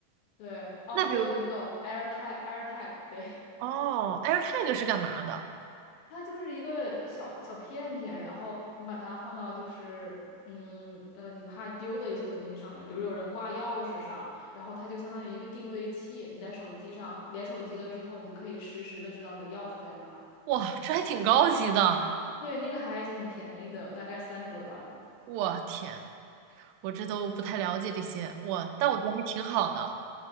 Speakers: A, on the left; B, on the right.
A: 对，哦，还有那个
B: 那比如，
A: AirTag AirTag，对，
B: 哦，AirTag 是干嘛的？
A: <laughs> 它就是一个小小片片，然后你把它放到就是嗯呃你怕丢的一些东西上面，比如有人挂钥匙上，然后它就相当于一个定位器，你在手机上连手机了之后，你就可以实时的知道你的钥匙在哪儿。
B: 哇，这还挺高级的。
A: 对，那个还挺便宜的，大概三十多刀。
B: 我天，我这都不太了解这些，我，但我觉得还挺好的。